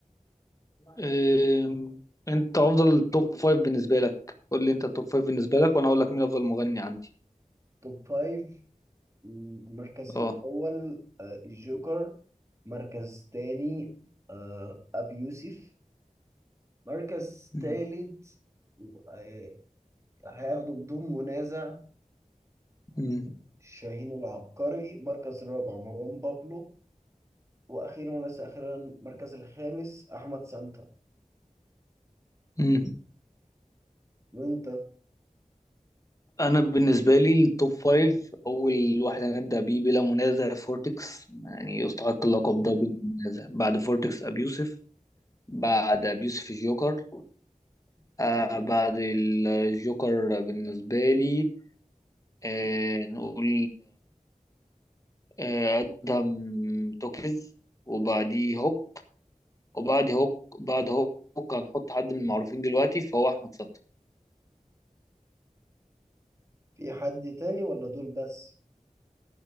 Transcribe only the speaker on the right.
توب فايف م- المركز
الأول آه، الجوكر مركز تاني آه، أبي يوسف مركز
تالت آه، هياخده بدون منازع
شاهين العبقري مركز رابع مروان بابلو وأخيرا وليس أخيرا المركز الخامس أحمد سانتا
وأنت
في حد تاني ولا دول بس؟